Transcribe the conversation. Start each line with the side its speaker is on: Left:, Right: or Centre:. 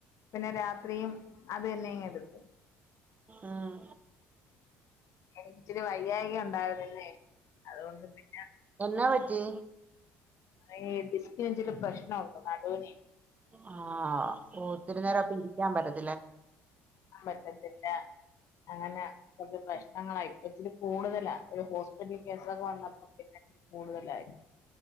Left: പിന്നെ രാത്രിയും അത് തന്നെ അങ്ങ് എടുത്തു
Right: ഉം
Left: എനിക്കിച്ചിരി വയ്യായിക ഉണ്ടായിരുന്നു ഇന്നേ അതുകൊണ്ട് പിന്നെ
Right: എന്നാ പറ്റി
Left: ഏ ഡിസ്കിനിച്ചിരി പ്രശ്നുണ്ട് നടുനെ
Right: ആ ഓ ത്തിരി നേരം അപ്പോ ഇരിക്കാൻ പറ്റത്തി
Left: പറ്റത്തില്ല, അങ്ങനെ കൊച്ച് പ്രശ്ന <unintelligible> ഇപ്പച്ചിരി കൂടുതല ഒരു ഹോസ് പിറ്റൽ കേസൊക്കെ വന്നപ്പോ പിന്നെ കൂടുതലായി.